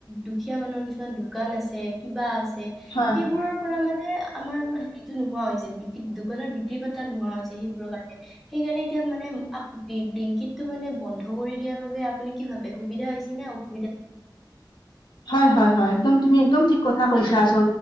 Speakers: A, in the centre; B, on the left (about 70°).
A: দুখীয়া মানুৰ কিছুমান দোকান আছে, কিবা আছে
B: হয়,
A: সেইবোৰৰ পৰা মানে আমাৰ হেৰিটো নোহোৱা হৈছে, বিক দোকানৰ বি ক্ৰী পাতা নোহোৱা হৈছে, সেইবোৰৰ কাৰণে। সেইকাৰণে এতিয়া মানে ব্লিংকিতটো মানে বন্ধ কৰি দিয়াৰ বাবে, আপুনি কি ভাবে? সুবিধা হৈছে নে অসু
B: হয়, হয়, হয়, একদম। একম কথা কৈছা, আচ